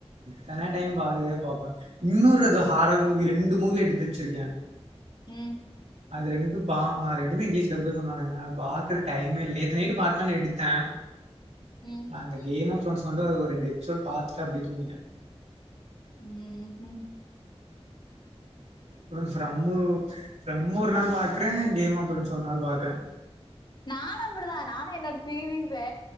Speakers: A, on the right; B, on the left.
A: தென டைம் பாத்ததயே பாப்ப இன்னோரு அது ஹாரர் மூவி ரெண்டு மூவி எடுத்து வச்சிருக்கே
B: ம்
A: அது ரெண்டு பாக்வ அ ரெண்டுமே இங்கிலீஷ் டப்புத சொன்னானுங்க பாக்குற டைமே இல் நேத்து நைட்டு பாக்கலானு எடுத்தே
B: ம்
A: அந்த கேம் ஆஃப் த்ரோன்ஸ் வந்து ஒ ஒரு ரெண்டு எபிசோடு பாத்துட்டு அப்டியே தூங்கிட்ட
B: ம்ஹும்
A: அப்றோ ஃப்ரம்மு ஃப்ரம்மு ஒரு நாள் பாக்குறே கேம் ஆஃப் த்ரோன்ஸ் ஒரு நாள் பாக்குற
B: நானு அப்டிதா நானு என்னோட சீவிங்சு